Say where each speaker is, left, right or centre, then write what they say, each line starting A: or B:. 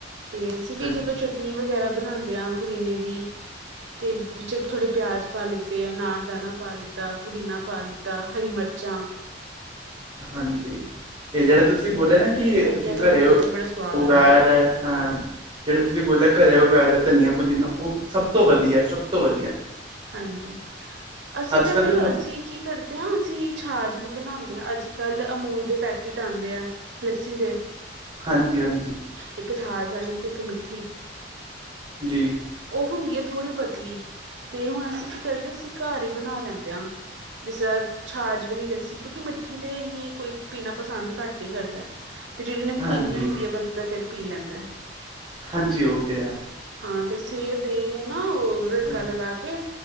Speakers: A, on the right; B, on the right.
A: ਤੇ ਅਸੀਂ ਵੀ
B: ਚਲੋ
A: ਜਦੋਂ ਚ ਨੀ ਵਗੈਰਾ ਬਣਾਉਦੇ ਆ ਪੁਦੀਨੇ ਦੀ ਤੇ ਵਿੱਚੇ ਥੋੜੇ ਪਿਆਜ ਪਾ ਲਿੱਤੇ ਅਨਾਰ ਦਾਨਾ ਪਾ ਲਿੱਤਾ ਪੁਦੀਨਾ ਪਾ ਲੀਤਾ ਹਰੀ ਮਰਚਾਂ
B: ਹਾਂਜੀ। ਇਹ ਜਿਹੜਾ
A: ਹਾਂਜੀ
B: ਤੁਸੀਂ ਬੋਲਿਆ ਨਾ ਕਿ,
A: ਬੜੀ ਵਧੀਆ
B: ਤੁਸੀਂ
A: ਬਣਦੀ
B: ਘਰੇ
A: ਉਹਦਾ ਬੜਾ ਸਵਾਦ
B: ਉਗਾ
A: ਆਉਂਦਾ
B: ਰਹੇ ਹਾਂ। ਜਿਹੜੇ ਤੁਸੀਂ ਬੋਲਿਆ ਘਰੇ ਉਗਾ ਦਿੱਤਾ ਧਨੀਆ ਪੁਦੀਨਾ ਉਹ ਸਭ ਤੋਂ ਵਧੀਆ ਸਭ ਤੋਂ ਵਧੀਆ।
A: ਹਾਂਜੀ ਅਸੀਂ
B: ਅੱਜ
A: ਤੇ
B: ਕੱਲ
A: ਬਾਈ
B: ਤੁਹਾਨੂੰ
A: ਅਸੀਂ ਕੀ ਕਰਦੇ ਆ ਅਸੀਂ ਛਾਜ ਵੀ ਬਣਾਉਦੇ ਆ ਅੱਜ ਕੱਲ ਅਮੂਲ ਦੇ ਪੈਕੇਟ ਆਉਂਦੇ ਆ ਲੱਸੀ ਦੇ।
B: ਹਾਂਜੀ ਹਾਂਜੀ।
A: ਇੱਕ ਥਾਜ ਆਲੀ ਤੇ ਇੱਕ ਮਿੱਠੀ‌।
B: <unintelligible>
A: ਉਹ ਹੁੰਦੀ ਏ ਥੋੜ੍ਹੀ ਪਤਲੀ ਤੇ ਹੁਣ ਅਸੀਂ ਕੀ ਕਰਦੇ ਆ ਅਸੀਂ ਘਰ ਈ ਬਣਾ ਲੈਂਦੇ ਹਾਂ। ਜੀ ਸਰ ਛਾਜ ਵਾਲੀ ਲੱਸੀ ਕਿਉਕਿ ਮਿੱਠੀ ਤੇ ਨੀ ਕੋਈ ਪੀਣਾ ਪਸੰਦ ਘੱਟ ਈ ਕਰਦਾ ਏ ਤੇ ਜਿਹੜੀ ਨਮਕੀਨੀ
B: ਹਾਂਜੀ
A: ਹੁੰਦੀ ਏ ਬੰਦਾ ਫਿਰ ਪੀ ਲੈਂਦਾ।
B: ਹਾਂਜੀ ਉਹ ਤੇ ਏ।
A: ਹਾਂ ਤੇ ਅਸੀ ਵੀ ਉਹ ਦਹੀਂ ਨੂੰ ਨਾ, ਉਹ ਰੜਕਾ
B: ਹਾਂ
A: ਲਗਾ ਕੇ